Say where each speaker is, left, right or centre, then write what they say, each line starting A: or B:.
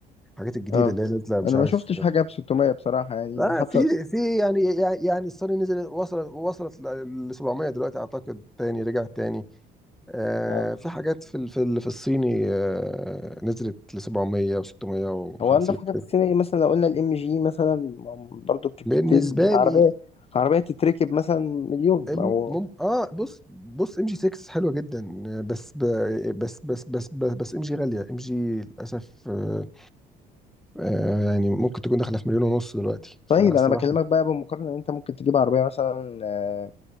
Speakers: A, in the centre; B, on the left (about 35°).
A: الحاجات الجديده
B: اه
A: اللي هي نازله مش
B: انا
A: عارف
B: ما شفتش حاجه ب 600 بصراحه يعني
A: لا
B: حتى
A: في في يعني يعني الصيني نزل وصلت وصلت ل 700 دلوقتي اعتقد تاني رجعت تاني آه
B: اه
A: في حاجات في ال- في ال- في الصيني آه نزلت ل 700 و 650
B: هو انضف حاجه
A: كده.
B: في السينما إيه؟ مثلا لو قلنا الام جي مثلا ما- برضو بتبتدي
A: بالنسبه
B: عربيه
A: لي
B: عربيه تتركب مثلا مليون
A: أم-
B: ما هو
A: مم اه بص بص ام جي 6 حلوه جدا آه، بس ب بس بس بس بس, بس ام جي غاليه ام جي للاسف آه آه يعني ممكن تكون داخله في مليون ونص دلوقتي فالصراحه
B: طيب انا بكلمك بقى بمقارنه ان انت ممكن تجيب عربيه مثلا آه،